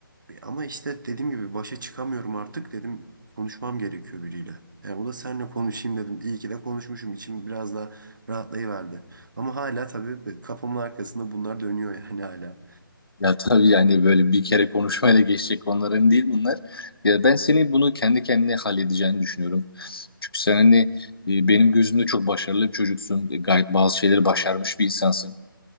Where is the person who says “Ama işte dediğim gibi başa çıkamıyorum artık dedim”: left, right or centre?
Right